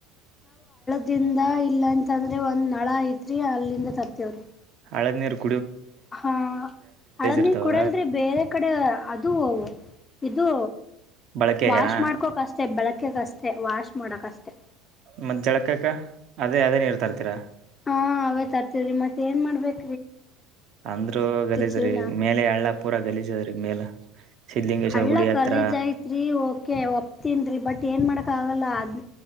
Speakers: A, on the left (about 20°); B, on the right (about 50°).
A: ದಿಂದ ಇಲ್ಲ ಅಂತಂದ್ರೆ ಒಂದ್ ನಳಾ ಐತ್ರಿ ಅಲ್ಲಿಂದ ತರ್ತೇವ್ರಿ
B: ನಳದ ನೀ ರುು
A: ಹಾ ಅಳದ್ನೀರ್
B: ಇರ್ತಾವ
A: ಕುಡೆಲ್ರಿ ಬೇರೆ ಕಡೆ ಅದು ಅವು ಇದು
B: ಬಳಕೆಗನಾ
A: ವಾಶ್ ಮಾಡ್ಕೋಳಾಕ ಅಷ್ಟೇ ಬೆಳತ್ ಅಕಗಷ್ಟೆ ವಾಶಷ್ ಮಾಡಕ್ಕಷ್ಟೆ
B: ಮತ್ತ ಜಳಕಕ್ಕ ಅದೇ ಅದೇ ನೀರ್ ತರ್ತೀರಾ
A: ಹಾ ಅವೇ ತರ್ತಿವ್ರೀ ಮತ್ತೆ ಏನ್ ಮಾಡ್ಬೇಕು
B: ಅಂದ್ರೂ ಗಲೀಜ್ರಿ
A: ಜೀವನ
B: ಮೇಲೆ ಹಳ್ಳ ಪೂರ ಗಲೀಜದ್ರೀ ಮೇಲ ಸಿದ್ಲಿಂಗೇಶ್ವರ
A: ಹಳ್ಳ
B: ಗುಡಿ ಹತ್ರ
A: ಕಲೀಜ್ ಐತ್ರಿ ಓಕೆ ಒಪ್ಪತಿನಿ ಬಟ್ ಏನ್ ಮಾಡ ಕ್ಕಾಗಲ್ಲ ಅದು